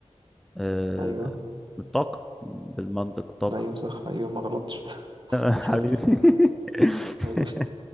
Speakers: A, in the centre; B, on the right.
A: آه،
B: أيوه
A: الطاقة بالمنطق طاقة
B: أيوه صح أيوه ما غلطتش <laughs>
A: <laughs> حبيبي
B: شكرا
A: <laughs>
B: حبيبي